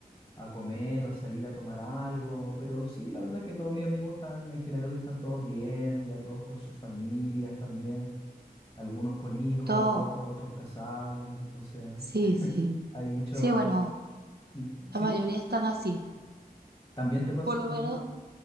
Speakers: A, on the left; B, on the right.
A: a comer o a salir a tomar algo. Pero sí, la verdad es que todos mis amigos están, en general, están todos bien, ya todos con sus familias también algunos con hijos,
B: todo.
A: o- otros casados, entonces
B: Sí, sí.
A: <laughs> hay muchos,
B: Sí, bueno,
A: mm, sí,
B: la mayoría
A: sí.
B: están así.
A: ¿También te pasa
B: Por
A: a
B: lo
A: tus amigos?
B: menos,